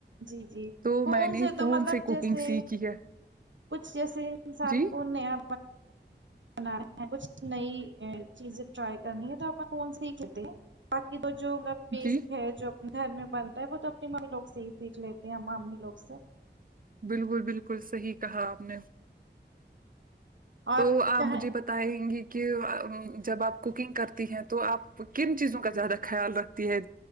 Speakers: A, on the right; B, on the right.
A: جی جی
B: تو
A: فون
B: میں نے فون
A: تو مطلب
B: سے کوکنگ
A: جیسے
B: سیکھی ہے
A: کچھ جیسے انسان
B: جی
A: کو نیا بنا رہے ہیں کچھ نئی چیز ٹرائی کرنی ہے تو کون سی کہتے ہیں باقی تو جو میں بیسک
B: جی
A: ہے جو اپنے گھر میں بنتا ہے وہ تو اپنی ممی لوگ سے ہی سیکھ لیتے ہیں امی لوگ سے
B: بالکل بالکل صحیح کہا آپ نے۔
A: اور
B: تو آپ مجھے بتا بتائیں گی کہ جب آپ کوکنگ کرتی ہیں تو آپ کن چیزوں کا زیادہ خیال رکھ تی ہے